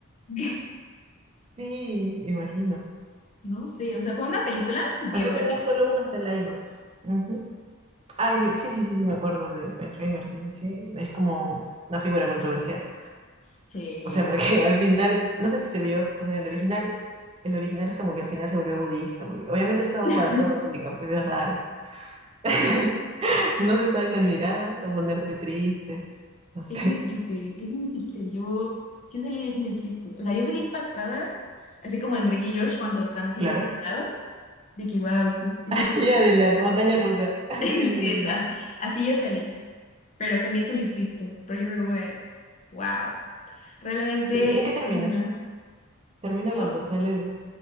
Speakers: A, on the left (about 35°); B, on the right (about 25°).
A: <laughs>
B: Sí, imagino.
A: no sé, o sea, fue una película biográfica.
B: Acá tenemos solo una sala IMAX. Ujú. Ay, vi- sí, sí, sí, sí, me acuerdo de Oppenheimer, sí, sí, sí. Es como una figura controversial.
A: Sí.
B: O sea, porque <laughs> al final, no sé si se vio, o sea, el original, el original es como que al final se volvió budista, porque obviamente es una
A: <laughs>
B: bomba atómica, pues es raro. <laughs> No se sabe si admirar o ponerte triste, no sé,
A: Es muy triste, es muy triste. Yo, yo salí del cine triste. O sea, yo salí impactada, así como en Drake y Josh cuando están así
B: claro.
A: despeinados, de que, wow, eso
B: <laughs>
A: fue...
B: Ya
A: <laughs>
B: de la montaña rusa, <laughs>
A: Sí,
B: sí, sí,
A: esa.
B: sí.
A: Así yo salí, pero también salí triste, pero yo fue como de, wow. Realmente,
B: ¿Y en
A: este
B: qué termina?
A: señor,
B: ¿Termina
A: ¿no?
B: cuando sale? de-